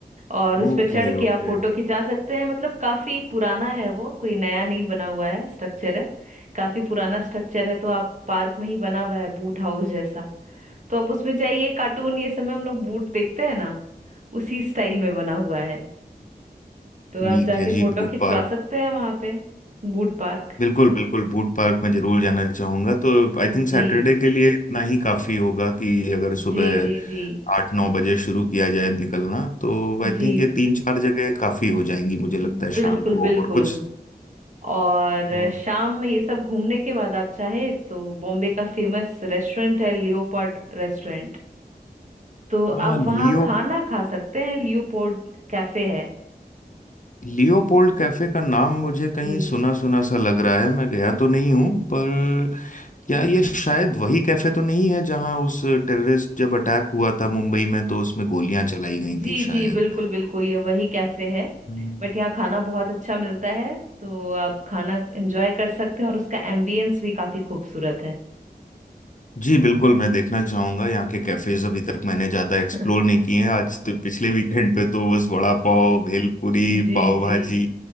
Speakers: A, on the right; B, on the left.
A: और उस
B: Okay
A: पे चढ़ के
B: okay
A: आप फोटो खिंचा सकते हैं मतलब काफी पुराना है वो कोई नया नहीं बना हुआ है स्ट्रक्चर है काफी पुराना स्ट्रक्चर है तो आप पार्क में ही बना हुआ है बूट हाउस जैसा तो आप उसमें जाइए कार्टून ये सब में हम लोग बूट देखते हैं ना उसी स्टाइल में बना हुआ है तो
B: ठीक
A: आप जाके
B: है जी
A: फोटो
B: बूट
A: खिंचवा
B: पार्क
A: सकते हैं वहां पे Boot park
B: बिल्कुल बिल्कुल बूट पार्क में जरूर जाना चाहूंगा तो आई थिंक
A: जी
B: सैटरडे के लिए इतना ही काफी होगा कि अगर सुबह
A: जी जी जी
B: आठ नौ बजे शुरू किया जाए निकलना तो आई
A: जी
B: थिंक ये तीन चार जगह काफी हो जाएंगी मुझे लगता
A: बिल्कुल
B: है शाम को
A: बिल्कुल
B: और कुछ
A: और
B: और
A: शाम में ये सब घूमने के बाद आप चाहे तो बॉम्बे का फेमस रेस्टोरेंट है लियोपोल्ड रेस्टोरेंट तो आप
B: हाँ लियो
A: वहाँ खाना खा सकते हैं लियोपोल्ड कैफे है
B: लियोपोल्ड कैफे का नाम मुझे
A: जी
B: कहीं सुना सुना सा लग रहा है मैं गया तो नहीं हूँ पर क्या ये शायद वही कैफे तो नहीं है जहां उस टेररिस्ट जब अटैक हुआ था मुंबई में तो उसमें गोलियां चलाई गई
A: जी
B: थी शायद
A: जी बिल्कुल बिल्कुल ये वही कैफे है
B: हम्म।
A: बट यहाँ खाना बहुत अच्छा मिलता है तो आप खाना एंजॉय कर सकते हैं और उसका एम्बियंस भी काफी खूबसूरत है
B: जी बिल्कुल मैं देखना चाहूंगा यहाँ के कैफेज अभी तक मैंने ज्यादा एक्सप्लोर
A: <laughs>
B: नहीं किए हैं आज तो पिछले वीकेंड पे तो बस वड़ा पाव भेलपुरी
A: जी
B: पाव भाजी
A: जी